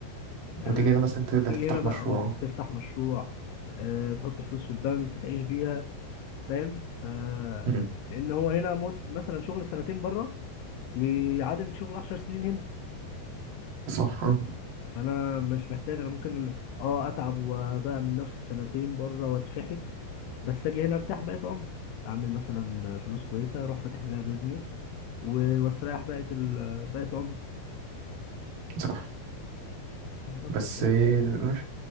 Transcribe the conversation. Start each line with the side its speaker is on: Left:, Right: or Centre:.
Left: آه
Right: وتيجي هنا مثلا تبدأ
Left: وتيجي
Right: تفتح
Left: هنا بقى
Right: مشروع
Left: اه تفتح مشروع آه تحط فلوس في البنك تعيش بيها فاهم ف
Right: مم.
Left: لان هو هنا مس- مثلا شغل سنتين بره يعادل شغل 10 سنين هنا
Right: صح اه
Left: فانا مش محتاج انا ممكن اه اتعب واضيع من نفسي سنتين بره واتفحت بس اجي هنا ارتاح بقيت عمري اعمل مثلا فلوس كويسه اروح فاتح بيها بيزنس و- واستريح بقيه ال... بقيه عمري
Right: صح
Left: بالظبط
Right: بس
Left: كده
Right: إيه، مش